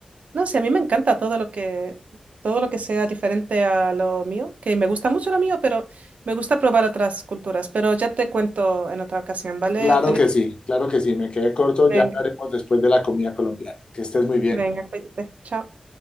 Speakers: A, on the right; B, on the left.
A: No, sí, a mí me encanta todo lo que, todo lo que sea diferente a lo mío, que me gusta mucho lo mío, pero me gusta probar otras culturas. Pero ya te cuento en otra ocasión, ¿vale,
B: Claro
A: Felipe?
B: que sí, claro que sí. Me quedé corto.
A: Venga,
B: Ya hablaremos después de la comida colombiana. Que estés muy bien.
A: venga, cuídate. Chao.